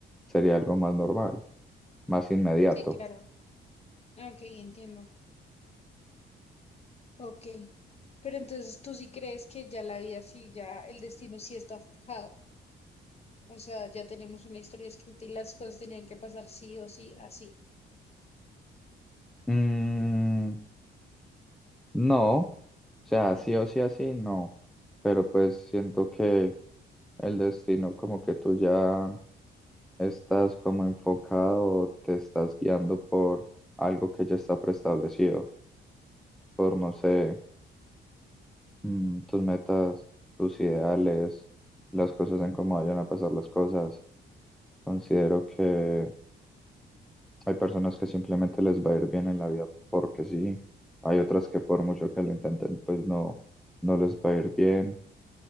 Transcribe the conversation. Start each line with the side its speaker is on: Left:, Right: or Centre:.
Centre: sería algo más normal, más inmediato.
Left: Sí, claro. Ok, entiendo. Ok. Pero entonces tú sí crees que ya la vida sí, ya el destino sí está forjado. O sea, ya tenemos una historia escrita y las cosas tenían que pasar sí o sí, así.
Centre: Mm, no, o sea, sí o sí así, no, pero pues siento que el destino como que tú ya ¿Estás como enfocado o te estás guiando por algo que ya está preestablecido? Por, no sé, mm, tus metas, tus ideales, las cosas en cómo vayan a pasar las cosas. Considero que hay personas que simplemente les va a ir bien en la vida porque sí. Hay otras que por mucho que lo intenten, pues no, no les va a ir bien.